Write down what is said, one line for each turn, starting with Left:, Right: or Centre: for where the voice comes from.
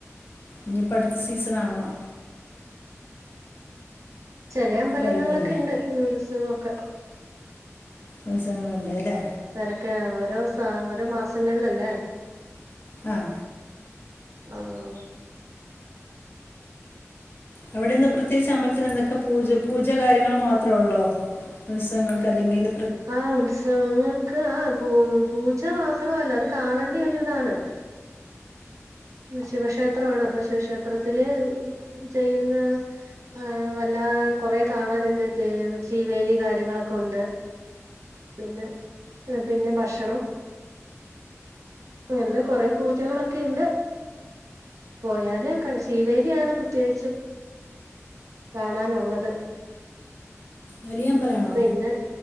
Left: ഇനിയിപ്പ അടുത്ത സീസൺ ആവണോ
Right: ചെില അമ്പലങ്ങളിലൊക്കെ
Left: കഴിഞ്ഞില്ലേ
Right: ഉണ്ട് ഈ ഉത്സവൊക്കെ
Left: ഉത്സവങ്ങുണ്ട അല്ലേ
Right: തിരക്ക ഓരോ സ ഓരോ മാസങ്ങളിലല്ലേ
Left: ആഹ
Right: ആഹ
Left: അവിടെന്ത പ്രത്യേകിച്ച് അമ്പലത്തിലെന്തക്കപൂജ പൂജ കാര്യങ്ങൾ മാത്രഒള്ളോ ഉത്സവങ്ങൾക്ക് അല്ലെങ്കില്
Right: ആ ഉത്സവങ്ങൾക്ക് ആ പൂ പൂ ഉച്ച മാത്രല്ല അത് കാണേണ്ടിയ ഒരു ഇതാണ്. ശിവക്ഷേത്രണ് അപ്പൊ ക്ഷേത്രത്തില് ചെയ്യുന്ന ആ വല്ല കൊറെ കാണാനുണ്ട്. ചീവേലി കാര്യങ്ങളൊക്കെ ഒണ്ട്. പിന്നെ പിന്നെ ഭക്ഷണം അങ്ങണ്ട് കൊറെ പൂജകളൊക്കെ ഇണ്ട്. പോയാല് ക ശീവേലിയാണ് പ്രത്യേകിച്ചും. കാണാനുള്ളത്.
Left: വലിയമ്പലാണോ?
Right: പിന്നെ